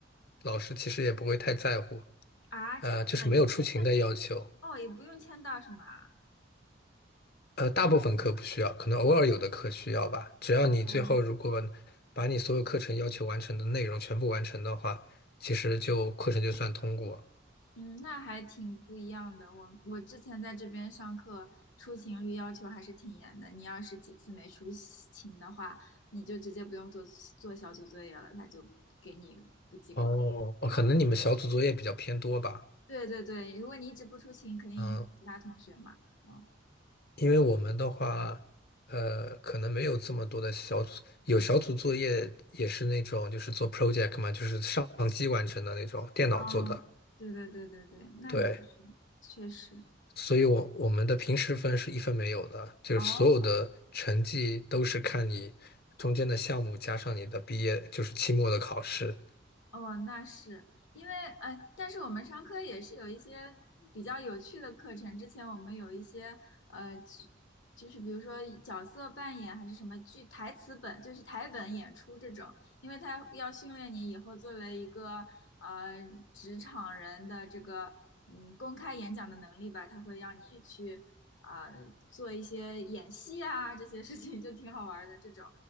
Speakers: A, on the left (about 55°); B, on the left (about 75°).
A: 老师其实也不会太在乎，
B: 啊，这样子啊也不用签到，
A: 呃，就是没有出勤的要求，
B: 哦，也不用签到是吗？
A: 呃，大部分课不需要，可能偶尔有的课需要吧，只要你最后如果
B: 哦
A: 把你所有课程要求完成的内容全部完成的话，其实就课程就算通过。
B: 嗯，那还挺不一样的。我我之前在这边上课，出勤率要求还是挺严的。你要是几次没出勤的话，你就直接不用做做小组作业了，他就给你不及格。
A: 哦，哦，
B: 哦，
A: 可能你们小组作业比较偏多吧，
B: 对对对，如果你一直不出勤，肯定影响其他同学嘛。
A: 嗯，
B: 嗯，
A: 因为我们的话，呃，可能没有这么多的小组，有小组作业也是那种就是做 project 嘛，就是上机完成的那种，电脑做的。
B: 哦，对对对对对，那个
A: 对，
B: 确实。
A: 所以我我们的平时分是一分没有的，就是所有的成绩都是看你中间的项目加上你的毕业，
B: 哦，
A: 就是期末的考试。
B: 哦，那是因为哎，但是我们商科也是有一些比较有趣的课程。之前我们有一些呃，就就是比如说角色扮演还是什么剧台词本，就是台本演出这种，因为它要训练你以后作为一个呃职场人的这个嗯公开演讲的能力吧，它会让你去啊、呃做一些演戏啊这些事情，就挺好玩儿的。这种